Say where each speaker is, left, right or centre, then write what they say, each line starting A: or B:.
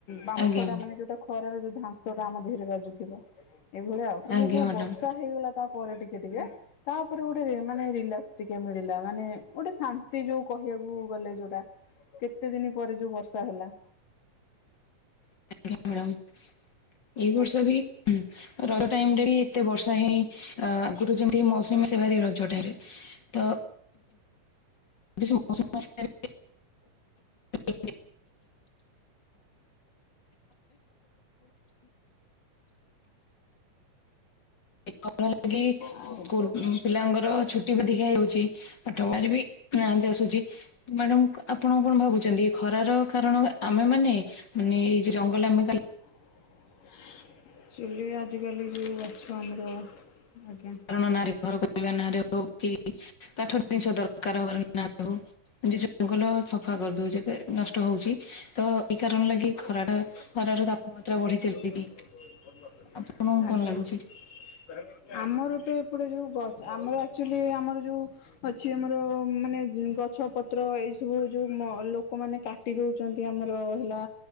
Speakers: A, on the left (about 85°); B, on the left (about 35°).
A: ବାମ୍ଫଟା
B: ଆଜ୍ଞା
A: ମାନେ ଯୋଉଟା ଖରାରେ ଯୋଉ ଧାସ। ଯୋଉଟା ଆମ ଦେହରେ ବାଜୁଥିବ <inaudible> ଏଇଭଳିଆ ଆଉ କିନ୍ତୁ
B: ଆଜ୍ଞା
A: ଯୋଉ
B: ମ୍ୟାଡ଼ାମ
A: ବର୍ଷା ହେଇଗଲା। ତାପରେ ଟିକେ ଟିକେ ତାପରେ ଗୋଟେ ମାନେ ରିଲାକ୍ସ ଟିକେ ମିଳିଲା। ମାନେ ଗୋଟେ ଶାନ୍ତି ଯୋଉ କହିବାକୁ ଗଲେ ଯୋଉଟା। କେତେ ଦିନ ପରେ ଯୋଉ ବର୍ଷ ସହଲା <inaudible>
B: <inaudible> ଏଇ ବର୍ଷ ବି ର ଟାଇ ବି। ଏତେ ବର୍ଷା ହେଇଁ ଆଗରୁ। ଏେ ମୌସୁମୀ ସେ ଭାର ରଜ ଟାଇରେ ତ <inaudible> <inaudible> <inaudible> ାଗ
A: ଆଉ
B: ସ୍କୁଲ ପିଲାଙ୍କର ଛୁଟି ବି ଦେଖା ହେଉଛି। ପଠୁବାର ବି। ନା, ଆସୁଛି ମ୍ୟାଡାମ ଆପଣ କଣ ଭାବୁଛନ୍ତି? ଖରାର କାରଣ ଆମେ ମାନେ ମାନେଇ ରଙ୍ଗ ଲ ଆେ
A: <inaudible> ଚୁଲିୀ ଆଜ କାଲି ର ଆଛ ଆମର ଆଜ୍ଞା
B: କାରଣ
A: କୁହନ୍ତୁ।
B: ନାରୀ ଘର କରିବା। ଆ <unintelligible> ପାଠ। ଜିନିଷ ଦରକାର ହବ । ଯେ ଜଙ୍ଗଲ ସଫା କରିଦଉଚେ ନଷ୍ଟ ହଉଛି ତ
A: ଆଜ୍ଞା।
B: ଏଇ କାରଣ ଲାଗି ଖରାଟା ଖରାର ତାପମାତ୍ରା ବଢି ଚାଲିଛି ଆପଣଙ୍କୁ କଣ ଲାଗୁଛି?
A: ଆମର ତ ଏପଟେ ଯୋଉ ଗଛ ଆମର ଆକ୍ଚୁଲି ଆମର ଯୋଉ ଅଛି ଆମର ମାନେ ଗଛ ପତ୍ର ଏଇ ସବୁ ଯୋଉ ଲୋକମାନେ କାଟି ଦେଉଛନ୍ତି ଆମର ହେଲା।